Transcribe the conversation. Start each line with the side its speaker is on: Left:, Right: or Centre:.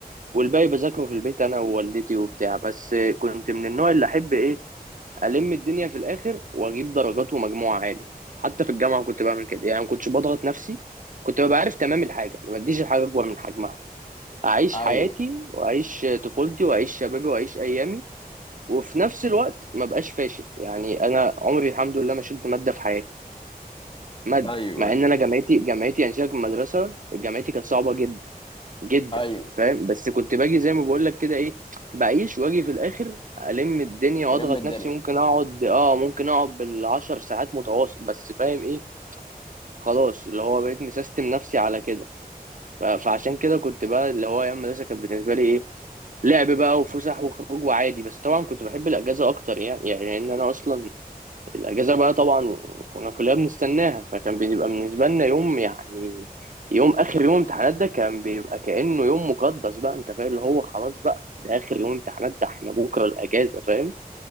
Right: والباقي بذاكره في البيت انا ووالدتي وبتاع بس كنت من النوع اللي احب ايه الم الدنيا في الاخر واجيب درجات ومجموع عالي حتى في الجامعه كنت بعمل كده يعني ما كنتش بضغط نفسي كنت ببقى عارف تمام الحاجه ما بديش الحاجه اكبر من حجمها اعيش
Left: ايوه
Right: حياتي واعيش طفولتي واعيش شبابي واعيش ايامي وفي نفس الوقت ما بقاش فاشل يعني انا عمري الحمد لله ما شلت ماده في حياتي ماده
Left: ايوه
Right: مع
Left: ايوه
Right: ان انا جامعتي جامعتي يعني سيبك من المدرسه جامعتي كانت صعبه جدا جدا
Left: ايوه
Right: فاهم بس كنت باجي زي ما بقول لك كده ايه بعيش واجي في الاخر الم الدنيا واضغط
Left: يلم الدنيا
Right: نفسي ممكن اقعد اه ممكن اقعد بالعشر ساعات متواصل بس فاهم ايه خلاص اللي هو بقيت مسيستم نفسي على كده ف- فعشان كده كنت بقى اللي هو ايام المدرسه كانت بالنسبه لي ايه لعب بقى وفسح وخروج وعادي بس طبعا كنت بحب الاجازه اكتر يعني يعني ان انا اصلا الأجازة بقى طبعا كنا كلنا بنستناها فكان بيبقى بالنسبة لنا يوم يعني يوم آخر يوم امتحانات ده كان بيبقى كأنه يوم مقدس بقى أنت فاهم اللي هو خلاص بقى ده آخر يوم امتحانات ده احنا بكرة الأجازة فاهم